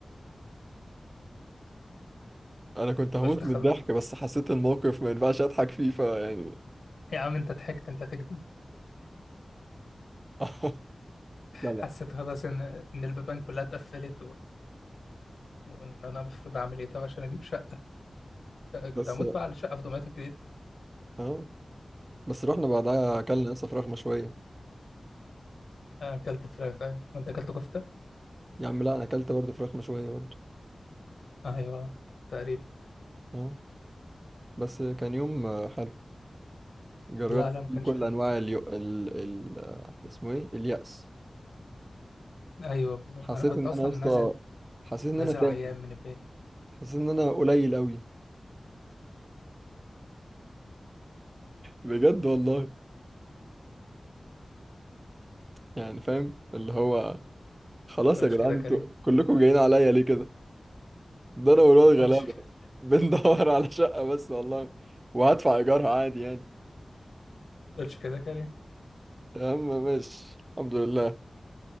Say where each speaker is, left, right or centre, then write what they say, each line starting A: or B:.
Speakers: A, on the right; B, on the left.
A: أنا كنت هموت
B: قلت خلاص
A: من الضحك بس حسيت الموقف ما ينفعش أضحك فيه فيعني
B: يا عم انت ضحكت انت تكذب
A: <laughs> لا لا
B: حسيت خلاص ان ان البيبان كلها اتقفلت و... وان انا المفروض اعمل ايه طب عشان اجيب شقه كنت
A: بس
B: هموت بقى على شقه في دمياط الجديد
A: اه بس رحنا بعدها أكلنا لسه فراخ مشوية
B: انا اكلت فراخ ايوه وانت اكلت كفته
A: يا عم لا انا اكلت برضه فراخ مشوية برضه
B: ايوه تقريبا
A: اه بس كان يوم آه، حلو جربت
B: لا لا ما
A: فيه
B: كانش
A: كل
B: حلو
A: انواع اليو... ال... ال... آه، اسمه ايه اليأس
B: ايوه بالظبط
A: حسيت
B: انا كنت
A: ان
B: اصلا
A: انا يا اسطى
B: نازل
A: حسيت ان
B: نازل
A: انا تاكل
B: عيان من البيت
A: حسيت ان انا قليل قوي بجد والله يعني فاهم اللي هو خلاص
B: تقولش
A: يا جدعان
B: كده كريم
A: انتوا كلكم جايين عليا ليه كده ده انا والواد
B: ما تقولش
A: غلابة
B: كده-
A: بندور <laughs> على شقة بس والله وهدفع ايجارها عادي يعني
B: ما تقولش كده كريم
A: يا عم ماشي الحمد لله